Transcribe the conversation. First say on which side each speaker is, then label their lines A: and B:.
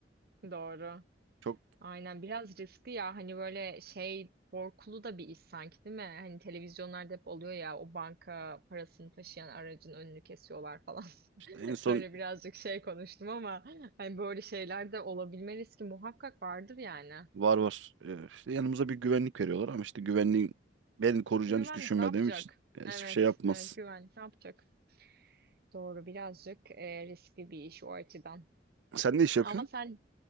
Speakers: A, on the right (about 55°); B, on the right (about 80°).
A: Doğru.
B: Çok
A: Aynen biraz riskli ya hani böyle şey korkulu da bir iş sanki değil mi? Hani televizyonlarda hep oluyor ya o banka parasını taşıyan aracın önünü kesiyorlar falan. <laughs>
B: işte en son
A: Böyle birazcık şey konuştum ama hani böyle şeyler de olabilme riski muhakkak vardır yani.
B: var var. Ee, işte yanımıza bir güvenlik veriyorlar ama işte güvenliğin beni koruyacağını
A: Güvenlik
B: hiç düşünmediğim
A: ne yapacak?
B: için ya
A: Evet,
B: hiçbir şey yapmaz.
A: evet güvenlik ne yapacak? Doğru birazcık e, riskli bir iş o açıdan.
B: Sen ne iş yapıyorsun?
A: Ama sen